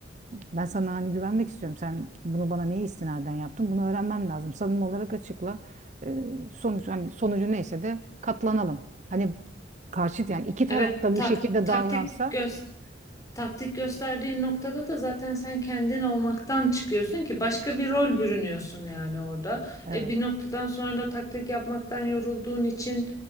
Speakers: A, on the right; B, on the left.
A: ben sana hani güvenmek istiyorum. Sen bunu bana niye istinaden yaptın? Bunu öğrenmem lazım. Samimi olarak açıkla. Ee, sonuç hani sonucu neyse de katlanalım. Hani karşıt yani iki taraf
B: Evet
A: da
B: tak
A: bu şekilde
B: taktik
A: davransa
B: göz taktik gösterdiğin noktada da zaten sen kendin olmaktan çıkıyorsun ki başka bir rol bürünüyorsun yani orada.
A: evet.
B: E bir noktadan sonra da taktik yapmaktan yorulduğun için